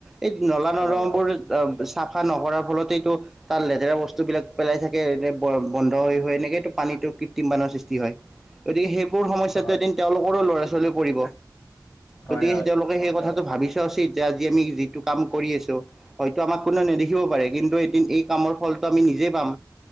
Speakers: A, in the centre; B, on the left (about 30°).
A: এই নলা নৰমবোৰ
B: হয় হয়
A: চাফা নকৰাৰ ফলতেইটো তাত লেতেৰা বস্তুবিলাক পেলাই থাকে এনে বন্ধ হৈ হৈ এনেকেইটো পানীটো কৃত্ৰিম পানৰ সৃষ্টি হয় গতিকে সেইবোৰ সমস্যাটো
B: হয়
A: এদিন তেওঁলোকৰো ল'ৰা ছোৱালী পৰিব
B: হয়
A: গতিকে
B: হয়
A: তেওঁলোক সেই কথাটো ভাবিচোৱা উচিত, যে আজি আমি যিটো কাম কৰি আছো হয়তো আমাক কোনেও নেদেখিব পাৰে কিন্তু এদিন এই কামৰ ফলটো আমি নিজে পাম